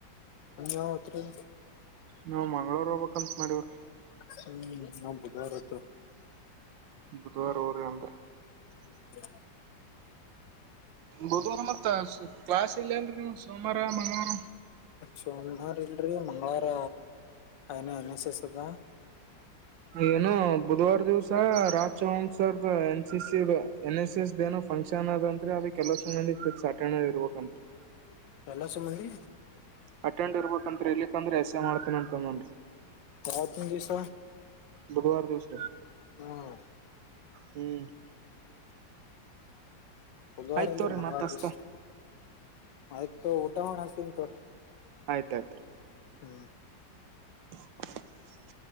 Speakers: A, on the left; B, on the right.
A: ನೀವು ಯಾವಾಗ ಹೋಗ್ತೀರಿ
B: ನಾವ್ ಮಂಗ್ಳೂರ್ ಹೋಗ್ಬೇಕ್ಂತ ಮಾಡವ್ರಿ
A: ಹೂ ನಾ ಬುಧವಾರ ಹೋಗ್ತೀವಿ
B: ಬುಧವಾರ ಹೋಗ್ರಿ ಅಂದ್ರು
A: ಹ್ನ
B: ಬುಧವಾರ ಮತ್ತ ಕ್ಲಾಸ್ ಇಲ್ಲೇನ್ರಿ ನೀವು ಸೋಮವಾರ ಮಂಗಳವಾರ
A: ಸೋಮವಾರ ಇಲ್ರಿ ಮಂಗಳವಾರ ಐನ ಎನ್ ಎಸ್ ಎಸ್ ಆದ
B: ಏನು ಬುಧವಾರ ದಿವ್ಸ ರಾಜ ಹನ್ಸರ್ದ N C C N S S no function ಅದ ಅಂರಿ ಅದಕ್ಕೆ ಕೆಲವ ಸಂಂದಿ ಟಿಕ್ ಅಟೆಂಡ್ ಆ ಇರ್ಬೇಕಂತ್ರಿ
A: ಎಲ್ಲಸು ಮಂದಿ
B: ಅಟೆಂಡ್ ಇರ್ಬೇಕಂತ್ರ ಇಲಿಕ್ಂದ್ರೆ ಎಸ ಮಾಡ್ತೇನ ಅಂತಂದೋನ್ಿ
A: ಹ ತ ಒಂದ ದಿವಸ
B: ಬುಧವಾರ ದಿವಸ್
A: ಹ್ಮ್
B: ಹ್ಮ್
A: ಬುಧವಾರ
B: ಆಯ್ತ್
A: ಇಲ್ಲ
B: ತವ್ರಿ
A: ಮಂಗವಾರ
B: ಮತ್ ಹಸ್ತ
A: ದಿವಸ ಆಯ್ತು ತಗೋ ಊಟ ಮಾಡಿ ಹಸ್ತೆನ್ ತೋ
B: ಆಯ್ತ್ ಆಯ್ತಾ ರೀ
A: ಹ್ಮ್
B: <inaudible>